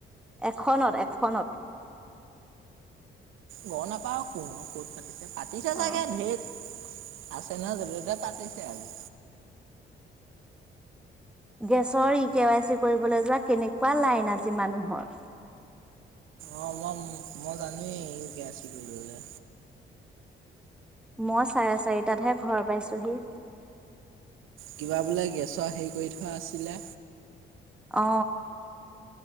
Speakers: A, in the centre; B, on the right (about 85°).
A: এখনত, এখনত।
B: গম নাপাও, কোনো ক'ত পাতিছে। পাতিছে
A: অ
B: চাগে ধেৰ আছে নহয় যতে-ততে। পাতিছে আজি
A: গেছৰ ই কে ৱাই চি কৰিবলৈ যোৱা কেনেকুৱা লাইন আজি মানুহৰ।
B: অ ম মই জানোৱেই গেছ কি কৰিব লাগে।
A: মই চাৰে চাৰিটাতহে ঘৰ পাইছোহি।
B: কিবা বোলে গেছৰ হেৰি কৰি থোৱা আছিলে।
A: অ।